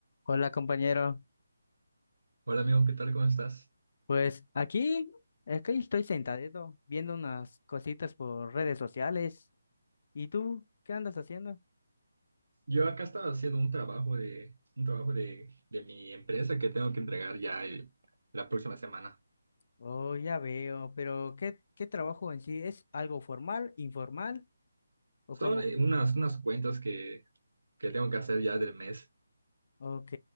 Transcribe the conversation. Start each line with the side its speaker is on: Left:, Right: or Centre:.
Left: Hola compañero,
Right: Hola amigo, ¿qué tal? ¿Cómo estás?
Left: pues aquí es que estoy sentadito viendo unas cositas por redes sociales. ¿Y tú qué andas haciendo?
Right: Yo acá estaba haciendo un trabajo de un trabajo de, de mi empresa que tengo que entregar ya el- la próxima semana.
Left: Oh, ya veo, pero ¿qué, qué trabajo en sí? ¿Es algo formal, informal o
Right: Son
Left: cómo?
Right: eh, unas, unas cuentas que, que tengo que hacer ya del mes.
Left: Ok,